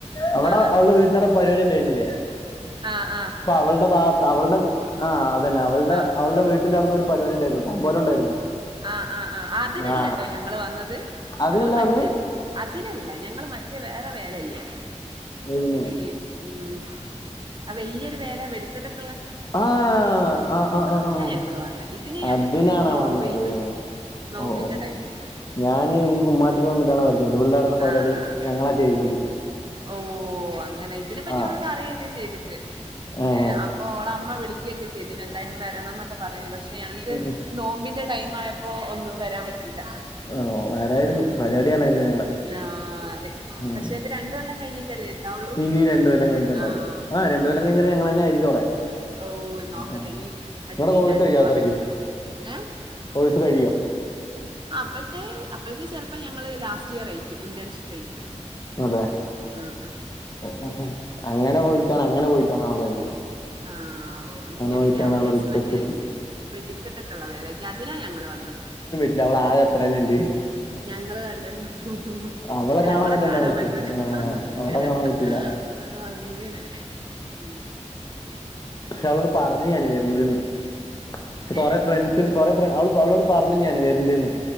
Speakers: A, on the left; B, on the right.
A: അവിടെ
B: ആ
A: അവളുടെ വീട്ടിണ്ടവിടെ പരിപാടി ഇണ്ടായിരുന്നില്ലേ
B: ആ ആഹ.
A: ഇപ്പൊ അവളുടെ ഭാഗ അവളുടെ ആഹ് അതന്നെ അവളുടെ
B: ആ
A: അവളുടെ വീട്ടിന്റെ അവിടുന്ന് ഒരു പരിപാടി ഉണ്ടായിരുന്നു തമ്പോലം ഉണ്ടായിരുന്നു
B: ആഹ് ആഹ് ആഹ് അതിനല്ലട്ടോ
A: ആ
B: ഞങ്ങള് വന്നത്
A: അതിനല്ല
B: ഞങ്ങള് മറ്റേ
A: വന്ന്
B: അതിനല്ല ഞങ്ങൾ മറ്റേ വേറെ വേലല്ലേ
A: ഇതിന്
B: ഈ ഉം ആ വലിയൊരു വേല വെടിക്കെട്ടൊക്കുള്ള
A: ആഹ് ആഹ് ആഹ് ആഹ്
B: ഞങ്ങൾ വന്നത് ഇതിന് ഞങ്ങൾക്ക്
A: അതിനാണോ
B: നോമ്പ്
A: വന്നത്
B: കഴിഞ്ഞു നോമ്പിന്റെ
A: ഓ ഓഓ
B: ടൈം കഴിഞ്ഞു
A: ഞാന് ഈ കുമ്മാട്ടിക്ക് വന്നിട്ടാണ് പരിചയപ്പെട്ടത് ഇവളുടെ അവിടെ പരിപാടി
B: ആ ആ
A: ഞങ്ങളാ ചെയ്തത്
B: ഓ അങ്ങനെ ഇതിനെ പറ്റി
A: ആ
B: ഓള് പറയ ക്കെ ചെയ്തിട്ട്
A: ഏ
B: ഏഹ് അപ്പൊ ഓളെ അമ്മ വിളികൊക്കെ ചെയ്തിരുന്നു എന്തായാലും വരണം ക്കെ പറയുന്നു പക്ഷെ ഞങ്ങക്ക്
A: ഉം, ഉം.
B: നോമ്പിന്റെ ടൈം ആയപ്പോ ഒന്നും വരാൻ പറ്റിയില്ല
A: ഓ വരായിരുന്നു
B: ഉം.
A: പരിപാടി കാണായിരുന്നു ഞങ്ങളെ
B: ആ അതെ
A: ഉം.
B: പക്ഷെ അത് രണ്ടുകൊല്ലം കഴിഞ്ഞി ട്ടില്ലേ ഉണ്ടാവുള്ളൂ
A: ഇനി രണ്ടു കൊല്ലം കഴിഞ്ഞിട്ടുണ്ടാവും
B: ആഹ്
A: ആ രണ്ടു കൊല്ലം കഴിഞ്ഞാൽ ഞങ്ങൾ തന്നെ ആയിരിക്കും അവിടെ
B: ഓ നോക്കട്ടെ
A: ആ
B: ഇനി അടുത്തതിന്റെ
A: നിങ്ങളടെ കോഴ്സ്
B: അടുത്ത
A: കഴിയോ അത്രയ്ക്കും
B: വർഷം വരാ
A: കോഴ്സ് കഴിയോ
B: അപ്പോഴത്തെ അപ്പോഴത്തെ ചെലപ്പോ ഞങ്ങള് ലാസ്റ്റ് ഇയർ ആയിരിക്കും ഇന്റേൺഷിപ്പ് ആയിരിക്കും
A: അതെ
B: <unintelligible>
A: ഉം ഉം അങ്ങനെ പോയിട്ടാണ് അങ്ങനെ പോയിട്ടാണ് അവളെ പരിചയപ്പെട്ടത്
B: ആഹ് ഓ അങ്ങനെ
A: പോയിട്ടാണ്
B: ഞാൻ വിചാരിച്ചു
A: അവളെ റിക്വസ്റ്റ്
B: മറ്റേ
A: എത്തി
B: വെടിക്കെട്ടൊക്കെയുള്ള വേലക്ക് അതിനാ ഞങ്ങള് വന്നത്
A: ഇല്ല അവള് ആകെ എത്ര തന്നെയ ഇണ്ട്
B: ഞങ്ങള് കണ്ടല്ലോ ഉം
A: അവളെ
B: അല്ല ഓളെ
A: പറ്റണ്ടേ
B: കാണാൻ
A: നമുക്ക്
B: പറ്റൂല
A: ആ
B: ഹ ഹ ഹ ഉം അങ്ങനെ
A: അവളെ കാണാൻ പറ്റില്ല
B: ആഹ് അങ്ങനെ ഉം
A: പക്ഷ അവളോട് പറഞ്ഞു ഞാന് വരേണ്ടന്ന് ഇച്ച് കൊറേ
B: ഏ
A: ഫ്രണ്ട്സ് ണ്ട് കൊറേ <unintelligible> അവ അവളോട് പറഞ്ഞു ഞാൻ വര്ണ്ട്ന്ന്.